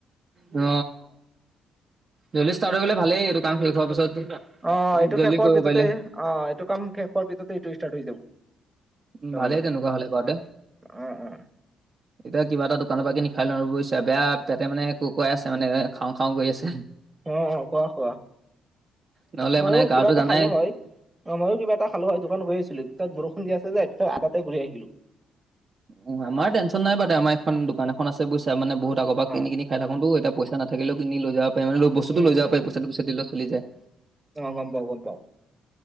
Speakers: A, on the right (about 40°); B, on the right (about 20°).
A: হ। জল্দি ষ্টাৰ্ট হ'লেই এইটো শেষ হোৱাৰ পিছত
B: অ' এইটো
A: জল্দি
B: শেষ হোৱাৰ
A: কৰিব
B: পিছতে
A: পাৰিলে
B: অ'এইটো কাম শেষ হোৱাৰ পিছতে এইটো ষ্টাৰ্ট হৈ যাব।
A: উম, ভালেই
B: লগে লগে
A: তেনেকুৱা হ'লে বাৰুতে।
B: অ অ
A: এতিয়া কিবা এটা দোকানৰ পৰা কিনি খুৱাই লও আৰু বুইছা। বেয়া পেতে মানে কুৰকুৰাই আছে মানে খাও- খাও কৰি আছে।
B: অ' খোৱা - খোৱা,
A: নহ'লে
B: ময়ো
A: মানে গাটো
B: কিবা এটা
A: জানাই
B: খালো হয়। অ' ময়ো কিবা এটা খালোৱে হয় দোকান গৈ আছিলো যে পিছ বৰষুণ দি আছে যে আধাতে ঘূৰি আহিলো।
A: উম আমাৰ টেনশ্যন নাই বাৰু দে, আমাৰ এখন দোকানখন আছে বুইছা মানে বহুত আগৰ পৰা
B: অ
A: কিনি - কিনি খাই থাকোতো এতিয়া পইচা নাথাকিলে কিনি লৈ যাব পাৰে মানে বস্তুটো
B: উম
A: লৈ যাব
B: উম
A: পাৰি, পইচাটো পিছত দিলেও চলি যায়।
B: অ' গম পাও, গম পাও।